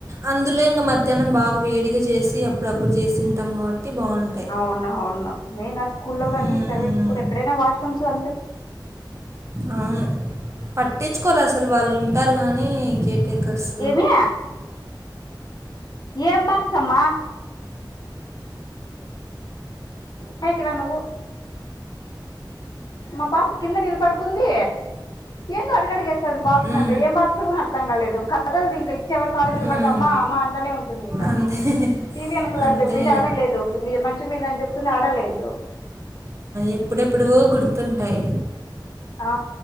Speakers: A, on the right; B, on the left.
A: అందులో ఇంకా మధ్యాహ్నం బాగా వేడిగా చేసి అప్పుడప్పుడు చేసి తింటాం కాబట్టి బావుంటాయి.
B: అవునా అవునను మెయిన్ స్కూ లో కానీ
A: హ్మ్.
B: ప్రైవేట్ స్కూల్ ఎక్క ఎక్కడనా వాష్ రూమ్ అంతే
A: అవును పట్టించుకోరు అసలు వాళ్ళు ఉంటారు కానీ ఇంక వర్కర్స్
B: ఏమి ఏం బాక్స్ అమ్మ కాయికిరా నువ్వు మా పాప కింద నిలబడుకుంది ఏందొ అడుగడిగేస్తది బాక్స్
A: హ్మ్.
B: అంటే ఏం బాక్స్ కూడా అర్థం కాలేదు కదలిదు ఇంకా ఇచ్చే వరకు ఆడే నిలబడికమ్మా
A: హ్మ్.
B: అమా అంటానే ఉంటుంది ఇంకా
A: అంతే.
B: టీవీ ఏనకాలని
A: అంతే
B: చెప్పింది
A: ఇగ.
B: ఆడలేదు మంచం మీద అని చెప్తుంది ఆడ లేదు
A: ఎప్పుడెప్పుడవో గుర్తుంటాయి
B: ఆ